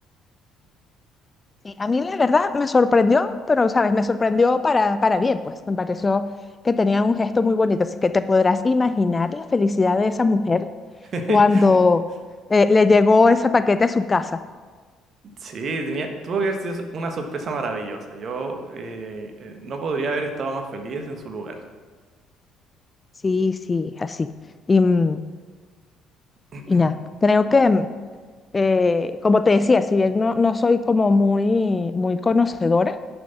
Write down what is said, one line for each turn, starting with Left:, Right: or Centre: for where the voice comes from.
Left: Sí, a mí la verdad me sorprendió, pero sabes, me sorprendió para, para bien, pues me pareció que tenía un gesto muy bonito, así que te podrás imaginar la felicidad de esa mujer
Right: <laughs>
Left: cuando eh, le llegó ese paquete a su casa.
Right: Sí, tenía, tuvo que haber sido una sorpresa maravillosa. Yo eh, eh, no podría haber estado más feliz en su lugar.
Left: Sí, sí, así. Y, mm,
Right: <clears throat>
Left: y nada, creo que mm, eh, como te decía, si bien no, no soy como muy, muy conocedora,